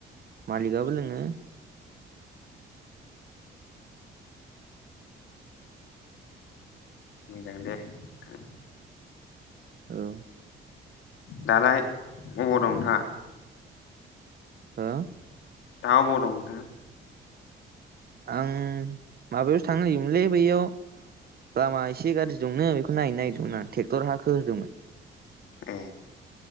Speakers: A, on the right; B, on the left.
A: मालिकआबो लोङो।
B: मोजां दे नोंथां
A: औ
B: दालाय अबाव दं नोंथाङा?
A: हो?
B: दा ओबाव दं?
A: आं माबायावसो थांनो नागिरदोंमोनलै बैयाव लामा एसे गाज्रि दंनो बिखौ नायहैनो नागिरदोंमोन आं ट्रेक्टर हा खोहोदोंमोन।
B: ए